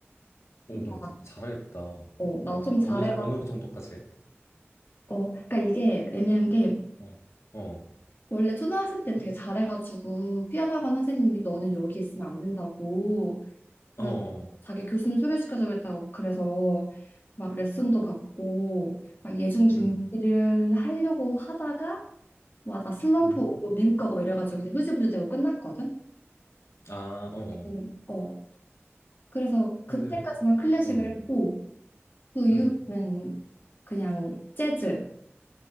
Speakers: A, on the left; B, on the left.
A: 오,
B: 나,
A: 그럼 잘하겠다.
B: 어, 나
A: 뭐
B: 좀 잘해가
A: 어느 정- 어느 정도까지?
B: 어 그러니까 이게 애매한 게
A: 어, 어,
B: 원래 초등학생 때는 되게 잘해가지고 피아노 학원 선생님이 너는 여기 있으면 안 된다고 그래
A: 어, 어,
B: 자기 교수님 소개시켜주그랬다고 그래서 막 레슨도 받고 막 예중 준비를
A: 음,
B: 하려고 하다가 와 나 슬럼프
A: 음,
B: 오고 미국 가고 막 이래가지고 이제 흐지부지 되고 끝났거든.
A: 아, 어. 어.
B: 음, 어 그래서 그때까지만
A: 근데,
B: 클래식을
A: 어,
B: 했고 그 이후로는
A: 음,
B: 그냥 재즈